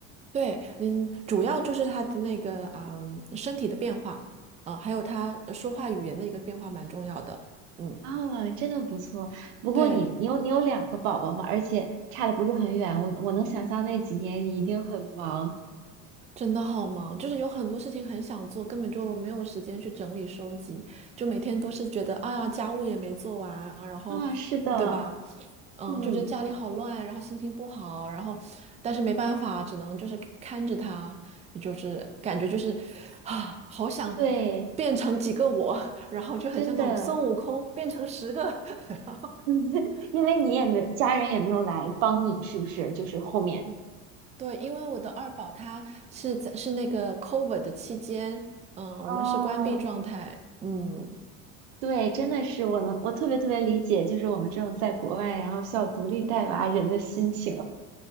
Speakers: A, on the right; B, on the right.
A: 对，嗯，主要就是他的那个啊，身体的变化，啊，还有他呃说话语言的一个变化蛮重要的，嗯，
B: 啊，真的不错。不过你你有你有两个宝宝嘛，
A: 对。
B: 而且差的不是很远。我我能想象那几年你一定很忙。
A: 真的好忙，就是有很多事情很想做，根本就没有时间去整理收集，就每天都是觉得，哎呀，家务也没做完啊，然后，
B: 啊，是的，
A: 对吧？嗯，
B: 嗯，
A: 就觉得家里好乱，然后心情不好，然后，但是没办法，只能就是看着他，就是感觉就是，啊，好想
B: 对，
A: 变成几个我，<laughs> 然后就很像那种孙悟空变成十个，
B: 真的，
A: <laughs> 然后
B: <laughs> 因为你也没有家人也没有来帮你，
A: 都。
B: 是不是？就是后面。
A: 对，因为我的二宝他是在是那个 COVID 的期间，嗯，
B: 哦，
A: 我们是关闭状态，嗯，
B: 对，真的是我能，我特别特别理解，就是我们这种在国外，然后需要独立带娃人的心情。